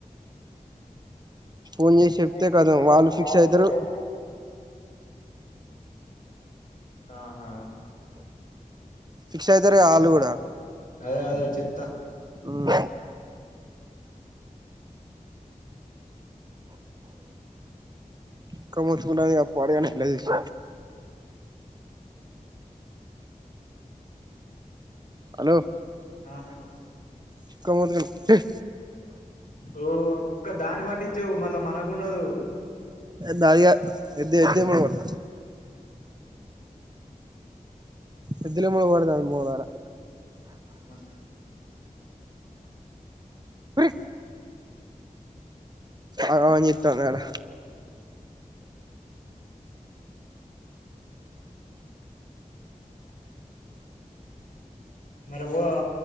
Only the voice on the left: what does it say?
మీకు చెప్తే
కద
వాళ
శిక్ష ఒకరు. ఆహా
అదే అదే చెప్తా
ఆ ఆ
ఓ కుక్క దాన్ని బట్టిచ్చేవు మళ్ళా మనకు ఉండదు.
ఆ
మరి పో